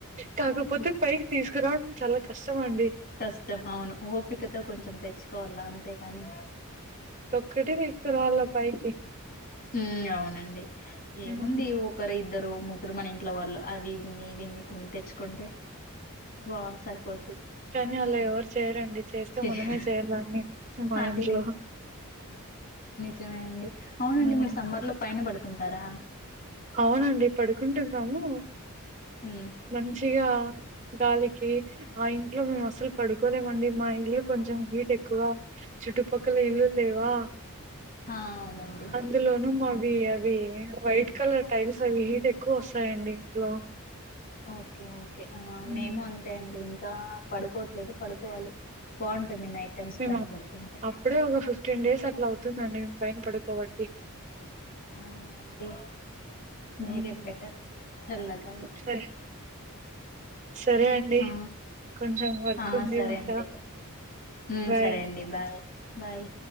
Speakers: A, on the right; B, on the left.
A: కాకపోతే పైకి తీస్ రాం చాలా కష్టం అండి.
B: కష్టం అవును ఓపికతో కొంచెం తెచ్చుకోవాల అంతేగాని
A: కటి తీసుకురావళ్ళ పైకి
B: హ్మ్ అవునండి ఏముంది
A: హ్మ్.
B: ఒకరు ఇద్దరు ముగ్ గ్గురు మన ఇంట్లో వాళ్ళు అవిన్ని ఇవిన్ని కొన్ని తెచ్చుకుంటే బా సరిపోద్ది
A: కానీ అలా ఎవరు చేయరండి. చేస్తే
B: చే
A: మనమే చేయాలాన్ని మా
B: అది
A: ఇంట్లో
B: జమే అండి అవునండి
A: ఆ!
B: మీరు సమ్మర్ లో పైన పడు కుంటారా
A: అవునండి పడుకుంటున్నాము.
B: ఉమ్
A: మంచిగా గాలికి ఆ ఇంట్లో మేము అసలు పడుకోలేమండి. మా ఇల్లు కొంచెం హీట్ ఎక్కువ చుట్టుపక్కల ఇల్లు లేవా
B: హా అవునండి
A: అందులోను మావి అవి వైట్ కలర్ సల్ హీట్ ఎక్కువ వస్తాయండి. ఇంట్లో
B: ఓకే ఓకే కే
A: హ్మ్.
B: మేము అంతే అండి ంకా పడుకోవట్లేదు పడుకోవాలి నైట్ టైమ్స్
A: మేము
B: పైన
A: అప్
B: పడుకుంటే
A: అప్పుడే ఒక ఫిఫ్టీన్ డేస్ అట్లా అవుతుందండి. పైన పడుకోబట్టి
B: అవునా అండీ
A: హ్మ్.
B: మీరే బెటర్ చల్ల గాలికి
A: సరే సరే అండి.
B: ఆ
A: కొంచెం వర్క్
B: ఆ
A: ఉంది
B: సరే
A: ఉంటా.
B: అండి హ్మ్
A: బాయ్.
B: సరే అండి బాయ్ బాయ్